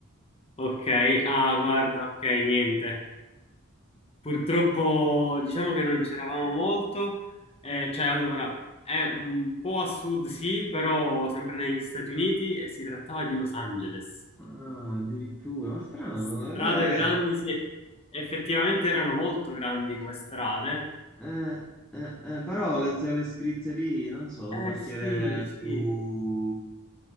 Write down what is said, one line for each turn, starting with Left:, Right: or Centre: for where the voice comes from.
Left: ok, ah, guarda, ok, niente. Purtroppo diciamo che non c'eravamo molto. Eh, cioè, allora, è un po' a sud, sì, però sempre negli Stati Uniti e si trattava di Los Angeles.
Centre: Ah, addirittura, ma strano,
Left: Strade
Centre: allora
Left: grandi,
Centre: è...
Left: sì, effettivamente erano molto grandi come strade.
Centre: Eh, eh, eh, però le, le scritte lì, non so,
Left: Eh
Centre: un quartiere
Left: sì, sì.
Centre: più